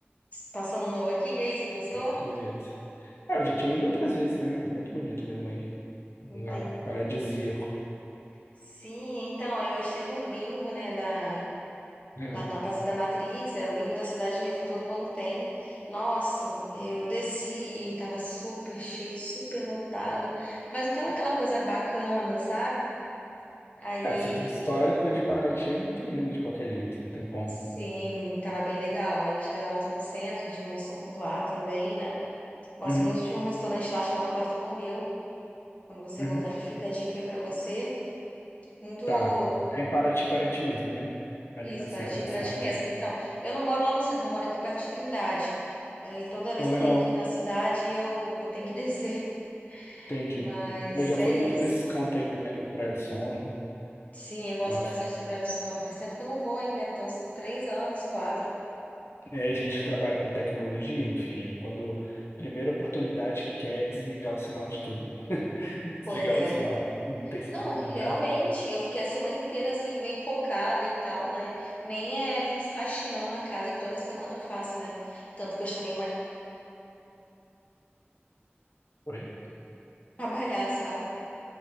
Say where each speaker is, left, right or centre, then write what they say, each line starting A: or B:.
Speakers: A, on the left; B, on the left.
A: Passando novo aqui, e aí, você gostou?
B: É, é muito bonito. Ah, eu já tinha ido outras vezes, né? É muito bonito mesmo aí. Um
A: Entendi.
B: lugar paradisíaco.
A: Sim, então, aí hoje teve um bingo, né, da,
B: É.
A: lá na Praça da Matriz, é o bingo da cidade mesmo, todo ano tem. Nossa, eu desci e tava super cheio, super lotado, mas não tava aquela coisa bacana, sabe? Aí,
B: É, centro histórico de Paraty é muito lindo de qualquer jeito, não tem como.
A: sim, tava bem legal. A gente deu uma volta no centro, a gente almoçou por lá também, né? Gosto
B: Uhum,
A: muito de um restaurante lá chamado Bartolomeu. Quando você
B: uhum,
A: voltar, já fica a dica aí pra você. Muito
B: tá. É em Paraty, Paraty mesmo, né? Ali
A: Isso,
B: no ce-
A: para ti,
B: no
A: para
B: centro.
A: ti mesmo. Então, eu não moro lá no centro, eu moro aqui perto de Trindade. Aí toda vez
B: Pô, legal,
A: que eu tenho que ir na cidade, eu, eu tenho que <laughs> descer.
B: entendi.
A: Mas
B: Eu já
A: é
B: fui muito
A: isso.
B: pra esses cantos aí também, Praia do Sono.
A: Sim, eu gosto
B: Gosto.
A: bastante da Praia do Sono. Faz tempo que eu não vou, hein? Deve ter uns três anos, quatro.
B: É, a gente que trabalha com tecnologia, meu filho, quando a primeira oportunidade que quer é desligar o sinal de tudo. <laughs> Desligar
A: Pois
B: o
A: é.
B: sinal, não tem
A: Não, realmente,
B: lugar.
A: eu fiquei a semana inteira assim, bem focada e tal, né? Nem é, fiz faxinão na casa, que toda semana eu faço, né? Tanto que eu chamei uma <laughs>
B: Oi?
A: pra trabalhar, sabe? <laughs>